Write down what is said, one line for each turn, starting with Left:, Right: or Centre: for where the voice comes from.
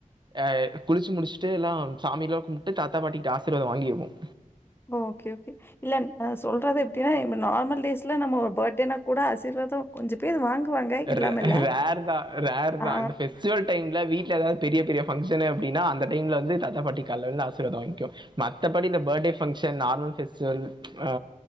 Right: எ குளிச்சு முடிச்சுட்டு எல்லா சாமி எல்லா கும்ட்டு தாத்தா பாட்டிகிட்ட ஆசிர்வாதம் வாங்கிருவோம்
Left: ஓக்கே ஓக்கே இல்ல நா சொல்றது எப்டின்னா நார்மல் டேஸ்ல நம்ம பர்த்ட்டேனா கூட ஆசீர்வாதம் கொஞ்ச பேரு வாங்குவாங்க இல்லாம
Right: ரே
Left: இல்ல.
Right: ரேர் தா ரேர் தா
Left: ஆ
Right: இந்த வெஸ்டிவல் அந்த டைமில்ல வீட்ல ஏதாவது பெரிய பெரிய ஃபங்க்ஷனு அப்டின்னா அந்த டைம்ல வந்து தாத்தா‌ பாட்டி கால்ல விழுந்து ஆசிர்வாதம் வாங்கிக்கோ மத்தபடி இந்த பர்த்டே பங்க்ஷன் நார்மல் ஃபெஸ்டிவல் அ